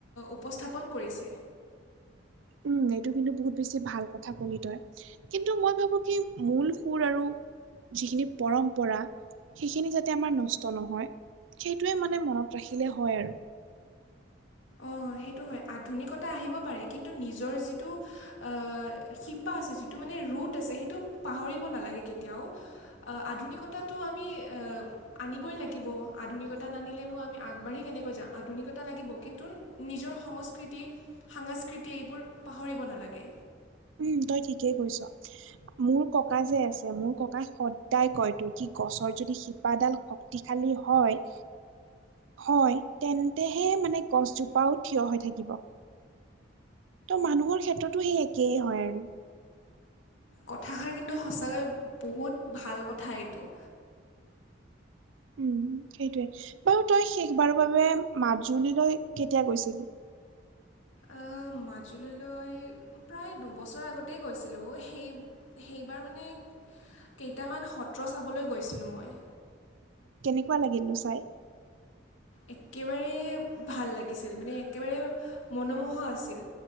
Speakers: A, on the left (about 85°); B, on the right (about 80°).
A: উপস্থাপন কৰিছে।
B: উম এইটো কিন্তু বহুত বেছি ভাল কথা কলি তই। কিন্তু মই ভাবো কি মূল সুৰ আৰু যিখিনি পৰম্পৰা- সেইখিনি যাতে আমাৰ নষ্ট নহয় সেইটোৱে মানে মনত ৰাখিলে হয় আৰু।
A: অ সেইটো হয় আধুনিকতা আহিব পাৰে কিন্তু নিজৰ যিটো আহ শি- পা আছে যিটো মানে ৰুট আছে সেইটো পাহৰিব নালাগে কেতিয়াও- আধুনিকতাটো আমি- আনিবই লাগিব আধুনিকতা নানিলেনো আমি আগবাঢ়ি কেনেকৈ যাম আধুনিকতা লাগিব কিন্- তুন নিজৰ সংস্কৃতি, সাংস্কৃতি এইবোৰ পাহৰিব নালাগে।
B: উম তই ঠিকেই কৈছ। মোৰ ককা যে আছে মোৰ ককাই সদায় কয় তোৰ কি গছৰ যদি শি- পাডাল শক্তিশালী হয়। হয় তেন্তে হে মানে গছজোপাও থিয় হৈ থাকিব। ত মানুহৰ ক্ষেত্ৰতো সেই একেই হয় আৰু।
A: কথাষাৰ কিন্তু সঁচাকৈ বহুত ভাল কথা এইটো
B: উম সেইটোৱেই বাৰু তই শেষবাৰৰ বাবে মাজুলীলৈ কেতিয়া গৈছিলি
A: অহ মাজুলীলৈ প্ৰায় দুবছৰ আগতেই গৈছিলোঁ সেই সেইবাৰ মানে- কেইটামান সত্ৰ চাবলৈ গৈছিলোঁ মই।
B: কেনেকুৱা লাগিলনো চাই?
A: একেবাৰে ভাল লাগিছিল মানে একেবাৰে মনোমোহা আছিল।